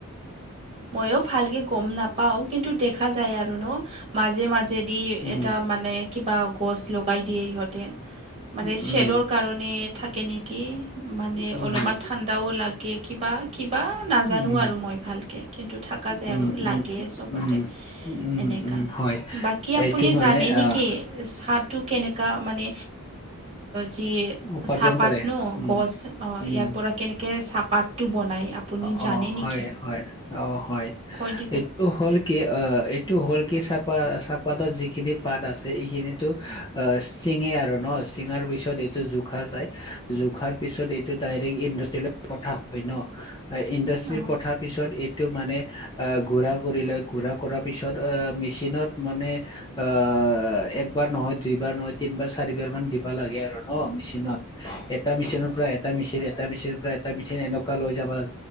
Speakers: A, on the right (about 30°); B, on the left (about 20°).
A: ময়ো ভালকে গম নাপাওঁ। কিন্তু দেখা যায় আৰু ন মাজে, মাজে। দি
B: উম
A: এটা মানে কিবা গছ লগাই দিয়ে হিহঁতে। মানে
B: উম
A: শ্বেডৰ কাৰণে থাকে নেকি মানে
B: উম
A: অলপমান ঠাণ্ডাও লাগে কি'বা কিবা নাজানো
B: উম
A: আৰু মই ভালকে কিন্তু থাকা যায়
B: উম উম
A: আৰু লাগে চবতে।
B: উম উম
A: এনেকা
B: উম হয়
A: বাকী আপুনি
B: এইটো মানে
A: জানে নেকি
B: আহ
A: চাহটো কেনেকা? মানে যি
B: উপাৰ্জন
A: চাহপাত
B: কৰে
A: ন
B: উম
A: গছ
B: উম
A: ইয়াৰ পৰা কেনে কে চাহপাতটো বনায়। আপুনি
B: অ,
A: জানে
B: হয়,
A: নেকি
B: হয়, অ, হয়,
A: কৈ দিব
B: এই এইটো হ'ল কি অ, এইটো হ'ল কি চাপা, চাহপাতত যিখিনি পাত আছে এইখিনিতো অ, চিঙে আৰু ন, চিঙাৰ পিছত এইটো জোখা যায় জোখাৰ পিছত এইটো ডাইৰেক্ট ইণ্ডাষ্ট্ৰিলৈ পঠা হয় ন ইণ্ডাষ্ট্ৰিৰ
A: অঁ
B: পঠাত পিছত এইটো মানে আহ গুৰা কৰি লয় গুৰা কৰা পিছত অ, মেচিনত মানে অ, একবাৰ নহয়, দুইবাৰ নহয়, তিনিবাৰ, চাৰিবাৰ মান দিবা লাগে আৰু ন মেচিনত। এটা মেচিনৰ পৰা এটা মেচিন এটা মেচিনৰ পৰা এটা মেচিন এনেকুৱা লৈ যাবা লা